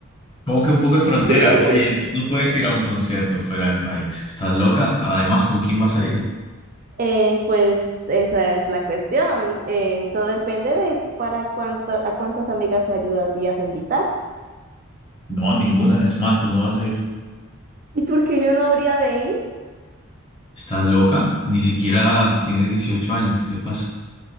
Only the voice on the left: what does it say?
Como que un poco de frontera.
Oye, tú no puedes ir a un concierto fuera del país. ¿Estás loca? Además, ¿con quién vas a ir?
No, a ninguna. Es más, tú no vas a ir.
¿Estás loca? Ni siquiera tienes 18 años. ¿Qué te pasa?